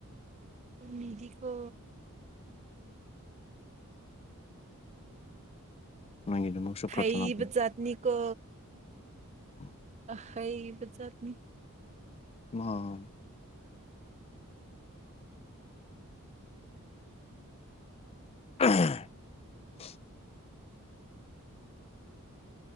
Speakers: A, on the right (about 30°); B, on the left (about 25°).
A: ꯃꯤꯗꯤꯀꯣ
B: ꯅꯪꯒꯤꯗꯃꯛꯁꯨ
A: ꯍꯩꯕ
B: ꯄ꯭ꯔꯊꯅꯥ
A: ꯖꯠꯅꯤꯀꯣ
B: ꯎꯝ
A: ꯑꯍꯩꯕꯖꯥꯠꯅꯤ
B: ꯃꯍꯥꯝ <unintelligible>